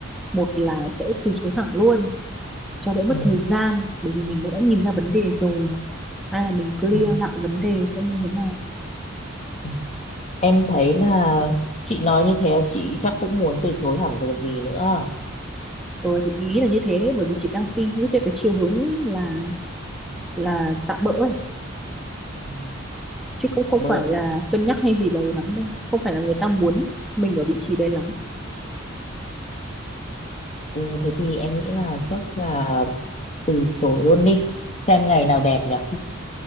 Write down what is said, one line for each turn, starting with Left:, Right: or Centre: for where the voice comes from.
Centre: một là sẽ từ chối thẳng luôn cho đỡ mất
Left: ừ.
Centre: thời gian bởi vì mình cũng đã nhìn ra vấn
Left: Ừ.
Centre: đề rồi hay là mình clear
Left: Ừ.
Centre: lại vấn đề xem như thế nào
Left: Ừ. em thấy là chị nói như thế là chị chắc cũng muốn từ chối hẳn rồi còn gì nữa
Centre: ờ chị nghĩ là như thế đấy bởi vì chị đang suy nghĩ theo cái chiều hướng là là tạm bỡ ấy.
Left: ừ,
Centre: chứ cũng không
Left: tạm bỡ
Centre: phải là cân nhắc hay gì là lắm đâu không phải là người ta muốn mình ở vị trí đấy lắm
Left: ừ, thế thì em nghĩ là chắc là từ chối luôn đi xem ngày nào đẹp nhỉ